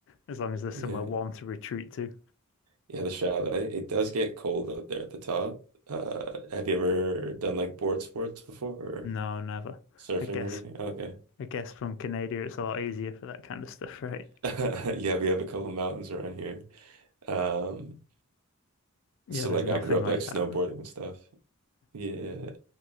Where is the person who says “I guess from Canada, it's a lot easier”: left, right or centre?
Left